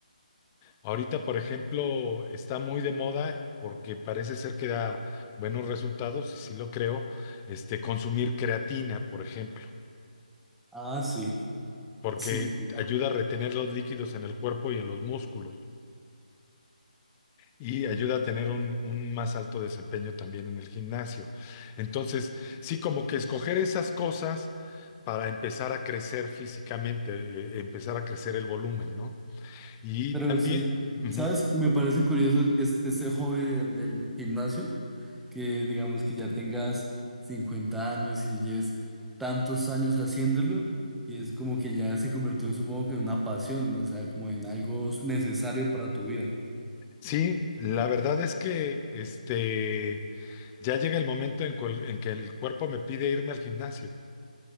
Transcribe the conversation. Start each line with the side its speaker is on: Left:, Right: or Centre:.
Left: Ahorita, por ejemplo, está muy de moda porque parece ser que da buenos resultados, y sí lo creo, este, consumir creatina, por ejemplo,
Centre: Ah, sí,
Left: porque
Centre: sí. sí.
Left: ayuda a retener los líquidos en el cuerpo y en los músculos. y ayuda a tener un, un más alto desempeño también en el gimnasio. Entonces, sí, como que escoger esas cosas para empezar a crecer físicamente, eh, empezar a crecer el volumen, ¿no? Y
Centre: Pero
Left: también,
Centre: sí,
Left: ujú,
Centre: ¿sabes? Me parece curioso es, este hobby del, del gimnasio, que digamos que ya tengas 50 años y lleves tantos años haciéndolo, y es como que ya se convirtió, supongo que en una pasión, ¿no? O sea, como en algo necesario para tu vida.
Left: sí, la verdad es que este, ya llega el momento en, cual- en que el cuerpo me pide irme al gimnasio.